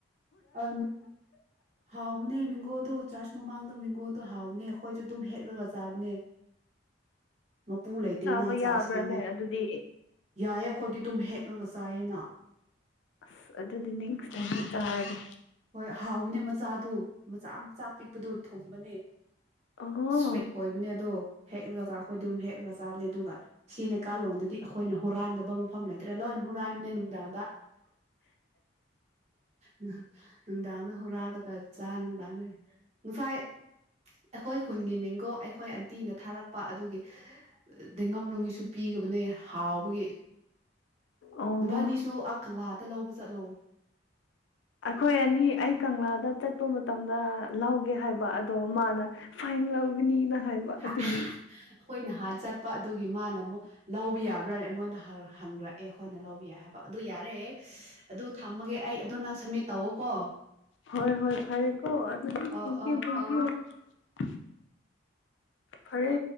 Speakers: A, on the right (about 35°); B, on the left (about 70°).
A: ꯑ ꯍꯥꯎꯅꯦ ꯃꯤꯣꯗꯨ ꯆꯥꯔꯖ ꯃꯃꯥꯡꯗꯣ ꯃꯡꯒꯣꯟꯜꯗꯣ ꯍꯥꯎꯕꯅꯦ ꯑꯩꯈꯣꯏꯁꯨ ꯑꯗꯨꯝ ꯍꯦꯛꯂꯒ ꯆꯥꯕꯅꯦ ꯃꯄꯨ ꯂꯩꯇꯦꯅ
B: ꯆꯥꯕ ꯌꯥꯕ꯭ꯔꯥꯅꯦ
A: ꯆꯥꯔꯖꯀꯤꯅꯦ
B: ꯑꯗꯨꯗꯤ
A: ꯌꯥꯏꯌꯦꯦ ꯑꯩꯈꯣꯏꯗꯤ ꯑꯗꯨꯝ ꯍꯦꯛꯂꯒ ꯆꯥꯏꯌꯦꯅ
B: ꯑꯁ ꯑꯗꯨꯗꯗꯤ ꯅꯁ ꯇ ꯇ ꯍꯥꯏꯒꯦ
A: ꯍꯣꯏ ꯍꯥꯎꯕꯅꯦ ꯃꯆꯥꯗꯨ ꯃꯆꯥ ꯃꯆꯥ ꯄꯤꯛꯄꯗꯨ ꯊꯨꯝꯕꯅꯦ
B: ꯑꯣ
A: ꯁ꯭ꯋꯤꯠ ꯑꯣꯏꯕꯅꯦ ꯑꯗꯣ ꯍꯦꯛꯂꯒ ꯆ ꯑꯩꯈꯣꯏ ꯑꯗꯨꯝ ꯍꯦꯛꯂꯒ ꯆꯥꯕꯅꯦ ꯑꯗꯨꯒ ꯁꯤ ꯂꯩꯩꯀꯥꯂꯣꯗꯗꯤ ꯑꯩꯈꯣꯏꯅ ꯍꯨꯔꯥꯟꯗꯕ ꯃꯐꯝ ꯂꯩꯇ꯭ꯔꯦ ꯂꯣꯏꯅ ꯍꯨꯔꯥꯏꯕꯅꯦ ꯅꯨꯡꯗꯥꯡꯗ ꯎꯝ ꯅꯨꯡꯗꯥꯡꯗ ꯍꯨꯔꯥꯜꯂꯒ ꯆꯥ ꯅꯨꯡꯗꯥꯡꯗ ꯉꯁꯥꯏ ꯑꯩꯈꯣꯏ ꯈꯨꯟꯒꯤ ꯃꯦꯡꯒꯣ ꯑꯩꯈꯣꯏ ꯑꯟꯇꯤꯅ ꯊꯥꯔꯛꯄ ꯑꯗꯨꯒꯤ ꯗꯦꯡꯒꯝ ꯂꯅꯨꯡꯒꯤꯁꯨ ꯄꯤꯕꯅꯦ ꯍꯥꯎꯕꯒꯤ
B: ꯑꯣ
A: ꯅꯨꯄꯥꯅꯤꯁꯨ ꯑ ꯈꯪꯕ ꯗ ꯂꯧꯕ ꯆꯠꯂꯣ
B: ꯑꯩꯈꯣꯏ ꯑꯅꯤ ꯑꯩ ꯀꯪꯂꯥꯗ ꯆꯠꯄ ꯃꯇꯝꯗ ꯂꯧꯒꯦ ꯍꯥꯏꯕ ꯑꯗꯣ ꯃꯥꯅ ꯐꯥꯏꯟ ꯂꯧꯒꯅꯤꯅ ꯍꯥꯏꯕ ꯑꯗꯨꯒꯤ
A: ꯑꯩꯈꯣꯏꯅ ꯍꯥꯠ ꯆꯠꯄ ꯑꯗꯨꯒꯤ ꯃꯥꯅ ꯑꯃꯨꯛ ꯂꯧ ꯂꯧꯕ ꯌꯥꯕ꯭ꯔꯥ ꯑꯩꯉꯣꯟꯗ ꯍꯪꯒ꯭ꯔꯛꯑꯦ ꯑꯩꯈꯣꯏꯅ ꯂꯧꯕ ꯌꯥ ꯍꯥꯏꯕ ꯑꯗꯨ ꯌꯥꯔꯦ ꯑꯗꯨ ꯊꯝꯃꯒꯦ ꯑꯩ ꯑꯗꯨꯗ ꯅꯪ ꯁꯝꯃꯤꯠ ꯇꯧꯋꯀꯣ
B: ꯍꯣꯏ ꯍꯣꯏ ꯐꯔꯦꯀꯣ ꯑꯗꯨꯗꯤ
A: ꯑ
B: ꯊꯦꯡꯀ꯭ꯌꯨ
A: ꯑ
B: ꯊꯦꯡꯀ꯭ꯌꯨ
A: ꯑ
B: ꯐꯔꯦ ꯐꯔꯦ